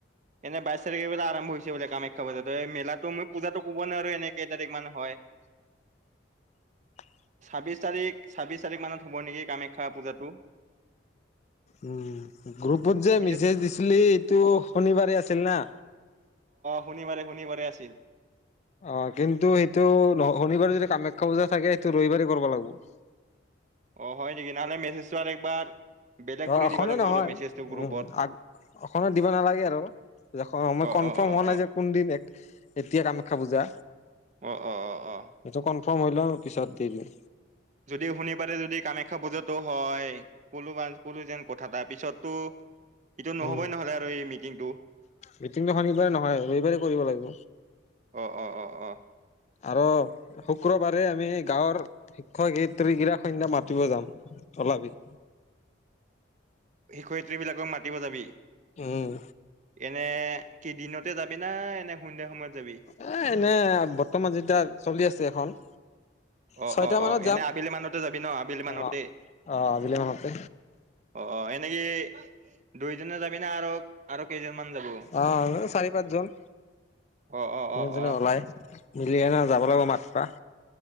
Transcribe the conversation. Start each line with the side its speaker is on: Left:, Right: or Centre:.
Right: এনে বাইছ তাৰিখে বোলে আৰম্ভ হৈছে বোলে কামাখ্যা পূজা। এই মেলাটো মই পূজাটো ক'ব নোৱাৰোঁ। এনে কেই তাৰিখ মানে হয়?
Left: <inaudible>
Right: ছাব্বিশ তাৰিখ, ছাব্বিশ তাৰিখ মানত হ'ব নেকি কামাখ্যা পূজাটো?
Left: উম, গ্ৰুপত যে
Right: পিছত
Left: মেছেজ দিছিলি, এইটো শনিবাৰে আছিল না?
Right: শনিবাৰে-শনিবাৰে বাৰে আছিল।
Left: অ', কিন্তু সেইটো শনিবাৰে যদি কামাখ্যা পূজা থাকে, সেইটো ৰবিবাৰেই কৰিব লাগিব। <inaudible>
Right: অ', হয় নেকি? নহ'লে মেছেজটো আৰু একবাৰ বেলেগ
Left: অ',
Right: কৰি
Left: এখনে
Right: দিবা লাগিব
Left: নহয়।
Right: অলপ মেছেজটো গ্ৰুপত
Left: উম, এখনে দিবা নালাগে আৰু। দেশ মই
Right: অ
Left: কনফাৰ্ম
Right: অ অ
Left: হোৱা নাই
Right: অ
Left: যে কোন দিন এক এতিয়া কামাখ্যা পূজা,
Right: অ অ অ অ
Left: সেইটো কনফাৰ্ম হৈ লওঁ, পিছত দি দিওঁ।
Right: যদি শনিবাৰে, যদি কামাখ্যা পূজাতটো হয়। কলো বাছ কলো যেন কথাটা পিছততো, এইটো নহ'বই,
Left: উম
Right: নহ'লে আৰু এই মিটিংটো।
Left: মিটিংটো শনিবাৰে নহয় ৰবিবাৰে কৰিব লাগিব
Right: অ অ অ অ
Left: আৰু শুক্ৰবাৰে আমি গাঁৱৰ শিক্ষয়িত্ৰীগিলাক সন্ধিয়া মাতিব যাম। ওলাবি।
Right: শিক্ষয়িত্ৰীবিলাকক মাতিব যাবি,
Left: উম
Right: এনে কি দিনতে যাবি না এনে সন্ধিয়া সময়ত? যাবি
Left: এ, এনে বৰ্তমান যেতিয়া চলি আছে এখন।
Right: অ,
Left: ছয়টা
Right: অ,
Left: মানত
Right: অ,
Left: যাম
Right: এনে আবেলি মানতে যাবি ন' আবেলি মানতে?
Left: অ অ আবেলি মানতে
Right: অ অ এনেই কি দুইজনে যাবি না আৰু আৰু কেইজনমান যাব
Left: অ চাৰি-পাঁচজন।
Right: অ অ
Left: জোনে
Right: অ
Left: জোনে
Right: অ
Left: ওলাই মিলি এনা যাব লাগিব মাত তা